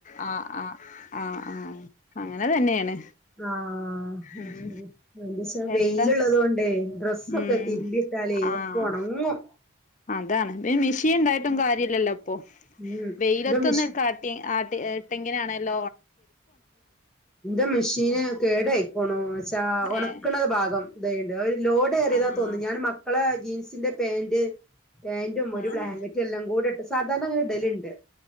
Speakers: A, on the left; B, in the centre.
A: ആ ആ ആ ആ അങ്ങനെ തന്നെയാണ്
B: ആ
A: ഉം
B: അത്ശരി എന്ത്‌ച്ചാ വെയിലുള്ളത്
A: എന്താ
B: കൊണ്ടേ ഡ്രസ്സൊക്കെ
A: ഉം
B: തിരുമ്പിയിട്ടാലേ
A: ആഹ്
B: ഒക്കെ ഉണങ്ങും
A: അതാണ് പി മെഷീ ഇണ്ടായിട്ടും കാര്യല്ലല്ലോ ഇപ്പൊ
B: ഉം
A: വെയിലത്തൊന്ന്
B: ഇന്റെ മിഷി
A: കാട്ടി ആട്ടി ഇട്ടെങ്ങനാണല്ലോ
B: എന്റെ മെഷീന്
A: ഉം
B: കേട് ആയിക്കണു വച്ചാ ഉണക്കണത്
A: ഏഹ്
B: ഭാഗം ഇതണ്ട് ഒരു ലോഡ് ഏറിയതാ
A: ആഹ്
B: തോന്നുന്നു ഞാന് മക്കളെ ജീൻസിന്റെ പാന്റ് പാന്റും ഒരു
A: ആഹ്
B: ബ്ലാങ്കറ്റ് എല്ലാം കൂടി ഇട്ട് സാധാരണ അങ്ങനെ ഇടലുണ്ട്.